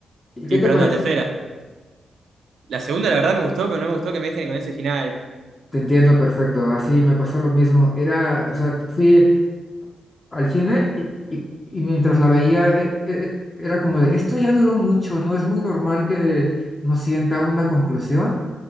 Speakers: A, on the left; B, on the right.
A: ¿Y
B: estoy
A: qué te
B: esperando
A: pareció?
B: la tercera. La segunda, la verdad, me gustó, pero no me gustó que me dejen con ese final.
A: Te entiendo perfecto, así me pasó lo mismo. Era, o sea, fui al cine y, y- y mientras la veía e- e- era como de, esto ya duró mucho, no es muy normal que no sienta una conclusión